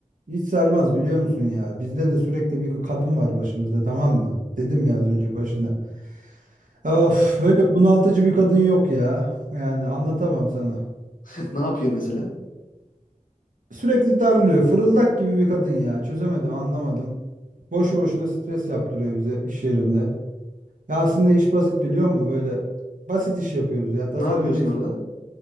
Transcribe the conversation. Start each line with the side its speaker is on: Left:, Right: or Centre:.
Right: hiç sarmaz biliyor musun ya? Bizde de sürekli bir kadın var başımızda tamam mı? Dedim ya az önce başında. Of böyle bunaltıcı bir kadın yok ya. Yani anlatamam sana.
Left: <laughs> Ne yapıyor mesela?
Right: Sürekli darlıyor. Fırıldak gibi bir kadın ya. Çözemedim anlamadım. Boşu boşuna stres yaptırıyor bize iş yerinde. Ya aslında iş basit biliyor musun? Böyle basit iş yapıyoruz ya.
Left: Ne
Right: Tasarımcıyız.
Left: yapıyorsun orada?